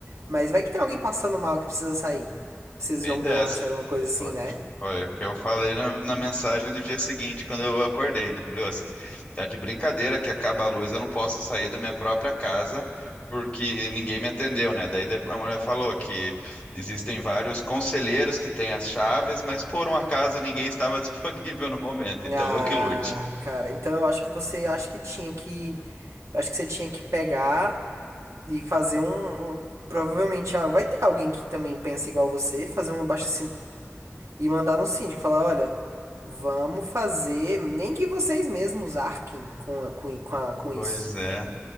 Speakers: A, on the right; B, on the left.
A: Mas vai que tem alguém passando mal que precisa sair. Precisa
B: Bem
A: de uma ambulância,
B: dessa.
A: alguma coisa assim,
B: Foi,
A: né?
B: foi o que eu falei na, na mensagem do dia seguinte, quando eu acordei, né? Falei, "Ô, tá de brincadeira que acaba a luz, eu não posso sair da minha própria casa porque ninguém me atendeu, né? Daí de- a mulher falou que existem vários conselheiros que têm as chaves, mas por um acaso ninguém estava <laughs> disponível no momento, então
A: Ah,
B: eu que lute.
A: cara, então eu acho que você acho que tinha que. Eu acho que você tinha que pegar e fazer um. um- provavelmente ah, vai ter alguém que também pensa igual você, fazer um abaixo e mandar no síndico, falar, olha, vamos fazer. Nem que vocês mesmos arquem com, a- com, i- com, a- com isso.
B: Pois é.